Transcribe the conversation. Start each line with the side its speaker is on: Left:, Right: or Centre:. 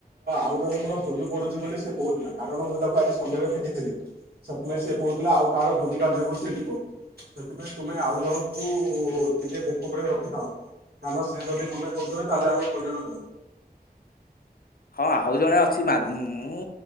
Right: ଆଉ ଜଣଙ୍କର ଭୋଜି ପଡୁଛି ବୋଲି ସେ କହୁଥିଲା କାରଣ ମୁଁ ତାକୁ ଆଜି ସନ୍ଧ୍ୟାାରେ ଭେଟିଥିଲି ସେଥିପାଇଁ ସେ କହୁଥିଲା ଆଉ କାହାର ଭୋଜି କାର୍ଯ୍ୟକୁ ସି ଯିବ ସେଥିପାଇଁ ତୁମେ ଆଉ ଜଣଙ୍କୁ ଟିକେ ବେଖ ପ ରଖିଥାଉ ତାଲେ ସେ ଯଦି ମନେ କରିଦେବେ ତାହେଲେ ଆମେ ହଇଜଣ ହେବା
Left: ହଁ ଆଉ ଜଣେ ଅଛି ମୁଁ